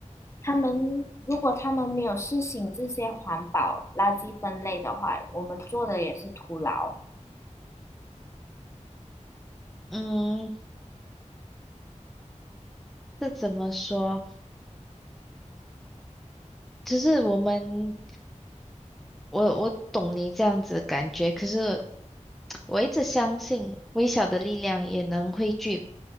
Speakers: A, on the left; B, in the centre.
A: 他们如果他们没有实行这些环保垃圾分类的话，我们做的也是徒劳。
B: 嗯，这怎么说？只是我们。我我懂你这样子的感觉，可是我一直相信微小的力量也能汇聚